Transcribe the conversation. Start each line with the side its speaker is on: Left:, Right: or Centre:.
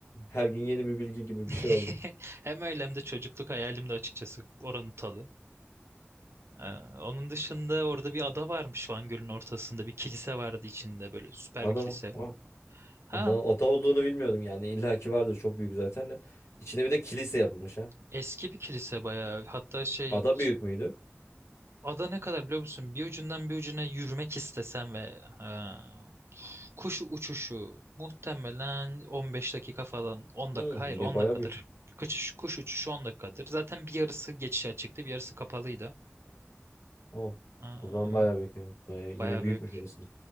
Left: her gün yeni bir bilgi gibi
Right: <laughs>
Left: bir şey oldu.
Right: Hem öyle hem de çocukluk hayalim de açıkçası oranın tadı. Ee, onun dışında orada bir ada varmış Van Gölü'nün ortasında. Bir kilise vardı içinde böyle süper
Left: Ada
Right: bir kilise.
Left: mı? Aa,
Right: Ha
Left: ada, ada olduğunu bilmiyordum yani. İlla ki vardır çok büyük zaten de. İçine bir de kilise yapılmış ha.
Right: eski bir kilise bayağı. Hatta şey
Left: Ada
Right: iç-
Left: büyük müydü?
Right: ada ne kadar biliyor musun? Bir ucundan bir ucuna yürümek istesen ve ha, kuş uçuşu muhtemelen 15 dakika falan 10
Left: Hı,
Right: dakika hayır
Left: yine
Right: 10
Left: bayağı
Right: dakikadır.
Left: büyük.
Right: Kuş, kuş uçuşu 10 dakikadır. Zaten bir yarısı geçişe açıktı bir yarısı kapalıydı.
Left: Tamam.
Right: Aa,
Left: O zaman bayağı büyük evet. Bayağı, yine
Right: Bayağı
Left: büyükmüş
Right: büyük.
Left: orası da.